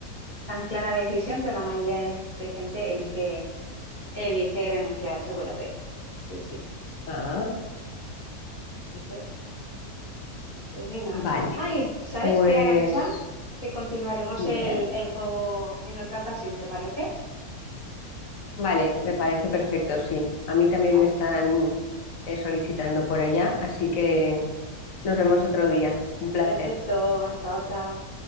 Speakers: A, on the left; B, on the left.
A: tan clara la decisión, pero la mayoría de, de gente elige, elige renunciar al chocolate. Sí, sí.
B: Ah,
A: Así que, pues venga.
B: vale.
A: Ay, ¿sabes
B: Pues
A: qué, Arancha? Que continuaremos
B: dime,
A: el,
B: ¿eh?
A: el juego en otra ocasión, ¿te parece?
B: Vale, me parece perfecto, sí. A mí también
A: Ah,
B: me están eh, solicitando por allá, así que nos vemos otro día. Un placer.
A: perfecto, hasta otra.